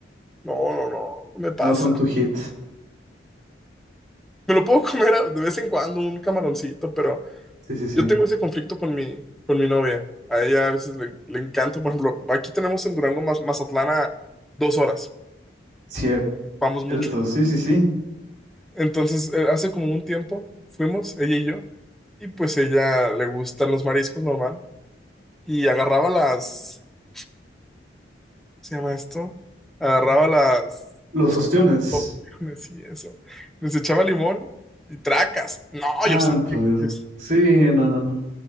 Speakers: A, in the centre; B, on the right (about 45°).
A: no, no, no, no me pasa.
B: no son tu hit.
A: Me lo puedo <laughs> comer a- de vez en cuando un camaroncito, pero
B: Sí, sí, sí.
A: Yo tengo ese conflicto con mi, con mi novia. A ella a veces le, le encanta, por ejemplo, aquí tenemos en Durango, Maz- Mazatlán, a dos horas,
B: Cierto,
A: vamos mucho.
B: sí, sí, sí.
A: Entonces, eh, hace como un tiempo fuimos, ella y yo, y pues ella le gustan los mariscos normal, y agarraba las, ¿cómo se llama esto? Agarraba las,
B: Los
A: las
B: ostiones.
A: que- <laughs> camarones y eso, les echaba limón y tracas. No,
B: Santo
A: yo sentí,
B: Dios.
A: yo,
B: Sí, no, no, no.